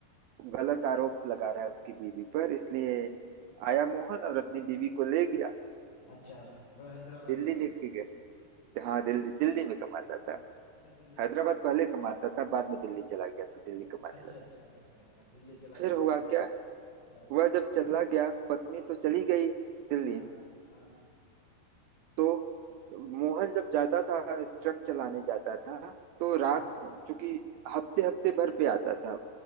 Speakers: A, on the right; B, on the left.
A: गलत आरोप लगा रहा है उसकी बीवी पर इसलिए आया मोहन और अपनी बीवी को ले गया
B: अच्छा वह हैदराबाद
A: दिल्ली
B: ले गया
A: लेके गया हाँ दिल्ली दिल्ली में कमाता था
B: अच्छा दिल्ली में
A: हैदराबाद
B: कमा था
A: पहले कमाता था बाद में दिल्ली चला गया तो दिल्ली कमाने
B: अच्छा
A: लगा
B: अच्छा अच्छा अच्छा दिल्ली चला गया
A: फिर
B: ठीक
A: हुआ
B: है
A: क्या
B: हाँ
A: वह जब चला गया पत्नी तो चली गई दिल्ली
B: हाँ हाँ
A: तो मोहन जब जाता था ट्रक चलाने जाता था तो रात
B: हाँ,
A: चूंकि हफ्ते हफ्ते भर पे आता था